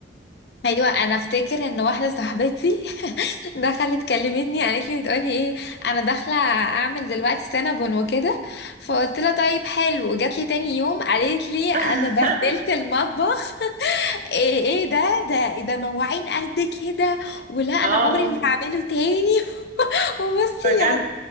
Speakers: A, on the left; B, on the right.
A: ايوه انا افتكر ان واحده صاحبتي دخلت كلمتني قالت لي بتقولي ايه انا داخله اعمل دلوقتي سينابون وكده فقلت لها طيب حلو جات لي تاني يوم قالت لي انا
B: <laughs>
A: بهدلت المطبخ ايه ايه ده ده ده مواعين قد كده ولا انا
B: اه
A: عمري
B: اه
A: ما هعمله تاني <laughs> وبصي
B: بجد
A: يعني